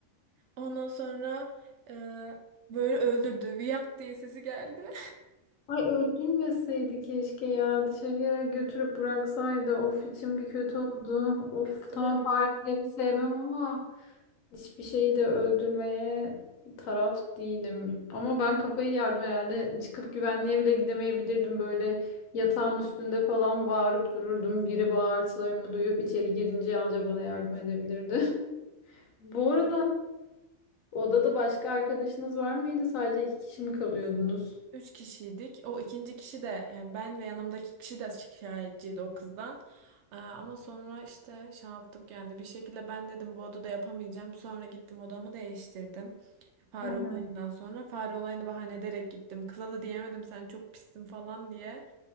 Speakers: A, on the right; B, on the left.
A: Ondan sonra e, böyle öldürdü. Viyak diye sesi geldi.
B: Ay öldürmeseydi keşke ya. Dışarıya götürüp bıraksaydı. Of içim bir kötü oldu. Of
A: <laughs> Götüre.
B: tamam fareleri sevmem ama hiçbir şeyi de öldürmeye taraf değilim. Ama ben kafayı yardım herhalde. Çıkıp güvenliğe bile gidemeyebilirdim. Böyle yatağın üstünde falan bağırıp dururdum. Biri bağırtılarımı duyup içeri girince anca bana yardım edebilirdi. <laughs> Bu arada odada başka arkadaşınız var mıydı? Sadece iki kişi mi kalıyordunuz?
A: Üç kişiydik. O ikinci kişi de yani ben ve yanımdaki kişi de şikayetçiydi o kızdan. Ee, ama sonra işte şey yaptık yani bir şekilde ben dedim bu odada yapamayacağım. Sonra gittim odamı değiştirdim. Fare
B: Hı hı.
A: olayından sonra fare olayını bahane ederek gittim. Kıza da diyemedim sen çok pissin falan diye.